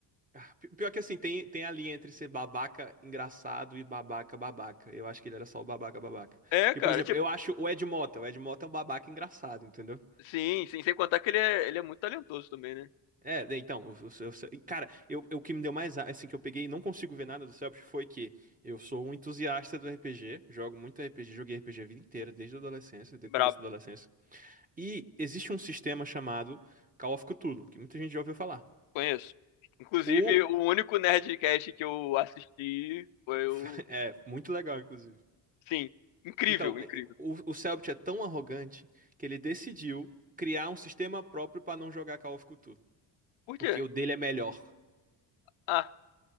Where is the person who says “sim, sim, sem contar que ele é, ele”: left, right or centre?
Left